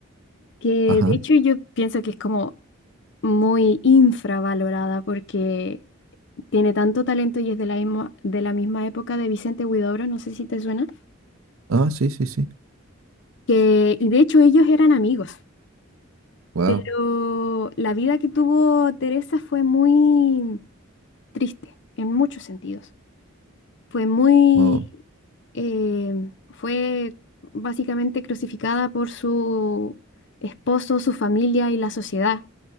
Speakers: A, on the left; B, on the right.
A: Que
B: Ajá.
A: de hecho yo pienso que es como muy infravalorada porque tiene tanto talento y es de la misma, de la misma época de Vicente Huidobro, no sé si te suena,
B: Ah, sí, sí, sí.
A: que, y de hecho ellos eran amigos,
B: Wow.
A: pero la vida que tuvo Teresa fue muy triste en muchos sentidos. Fue muy,
B: Oh,
A: eh, fue básicamente crucificada por su esposo, su familia y la sociedad.